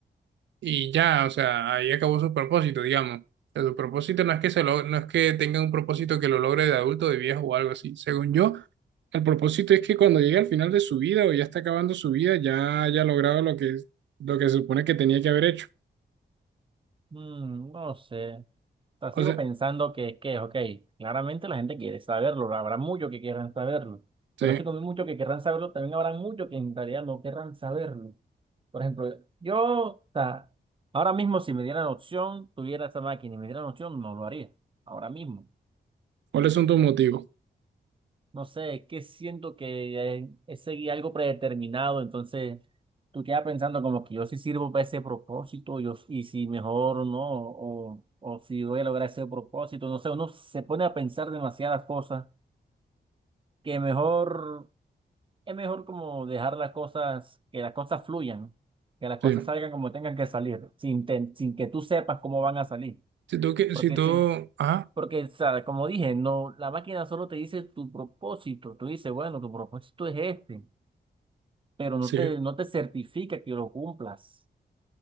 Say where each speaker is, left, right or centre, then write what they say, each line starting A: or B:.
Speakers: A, on the right; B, on the right.
A: y ya, o sea, ahí acabó su propósito, digamos. O sea, su propósito no es que se lo, no es que tenga un propósito que lo logre de adulto, de viejo o algo así. Según yo, El propósito es que cuando llegue al final de su vida o ya está acabando su vida, ya haya logrado lo que, lo que se supone que tenía que haber hecho.
B: Mm, no sé. O sea,
A: O
B: sigo
A: sea,
B: pensando que, que, ok, claramente la gente quiere saberlo, habrá muchos que quieran saberlo,
A: sí.
B: pero así como hay muchos que querrán saberlo, también habrá muchos que en realidad no querrán saberlo. Por ejemplo, yo, o sea, ahora mismo si me dieran opción, tuviera esa máquina y me dieran opción, no lo haría, ahora mismo.
A: ¿Cuáles son tus motivos?
B: No sé, es que siento que eh, es seguir algo predeterminado, entonces tú quedas pensando como que yo sí sirvo para ese propósito, yo, y si mejor o no, o, o si voy a lograr ese propósito, no sé, uno se pone a pensar demasiadas cosas, que mejor, es mejor como dejar las cosas, que las cosas fluyan, que las cosas
A: Sí.
B: salgan como tengan que salir, sin, ten- sin que tú sepas cómo van a salir,
A: Si tú, que-
B: porque
A: si tú,
B: si,
A: ajá,
B: porque, o sea, como dije, no, la máquina solo te dice tu propósito. Tú dices, bueno, tu propósito es este, pero
A: sí.
B: no te, no te certifica que lo cumplas.